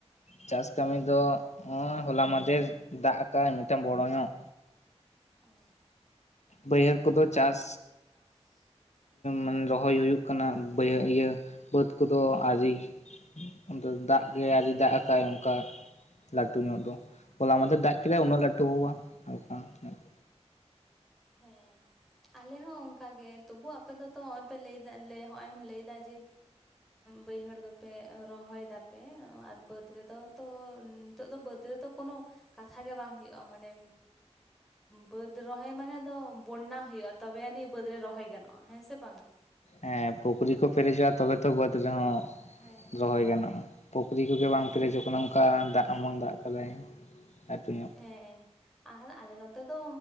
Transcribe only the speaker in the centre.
ᱚ
ᱪᱟᱥᱼᱼ
ᱚ
ᱦᱩᱸ
ᱦᱮᱸ᱾ ᱟᱞᱮ ᱦᱚᱸ ᱚᱱᱠᱟ ᱜᱮ ᱛᱚᱵᱩ ᱟᱯᱮ ᱫᱚᱛᱚ ᱱᱚᱜᱼᱚᱭ ᱯᱮ ᱞᱟᱹᱭ ᱮᱫᱟ ᱱᱚᱜᱼᱚᱭ ᱮᱢ ᱞᱟᱹᱭᱫᱟ ᱡᱮᱼᱼ ᱵᱟᱹᱭᱦᱟᱹᱲ ᱫᱚᱯᱮ ᱨᱚᱦᱚᱭ ᱫᱟᱯᱮ ᱟᱨ ᱵᱟᱹᱫᱽ ᱨᱮᱫᱚ ᱛᱚᱼᱼ ᱱᱤᱛᱚᱜ ᱫᱚ ᱵᱟᱹᱫᱽ ᱨᱮᱫᱚ ᱠᱳᱱᱳ ᱠᱟᱛᱷᱟ ᱜᱮ ᱵᱟᱝ ᱦᱩᱭᱩᱜᱼᱟ, ᱢᱟᱱᱮ ᱵᱟᱹᱫᱽ ᱨᱚᱦᱚᱭ ᱢᱟᱱᱮᱼᱼ ᱫᱚ ᱵᱚᱱᱱᱟ ᱦᱩᱭᱩᱜᱼᱟ, ᱛᱚᱵᱮ ᱟᱹᱱᱤᱡ ᱵᱟᱹᱫᱽ ᱨᱮ ᱨᱚᱦᱚᱭ ᱜᱟᱱᱚᱜᱼᱟ ᱦᱮᱸ ᱥᱮ ᱵᱟᱝᱟ?
ᱦᱮᱸ
ᱦᱮᱸ
ᱦᱮᱸ᱾ ᱟᱨ ᱟᱞᱮ ᱱᱚᱛᱮ ᱫᱚ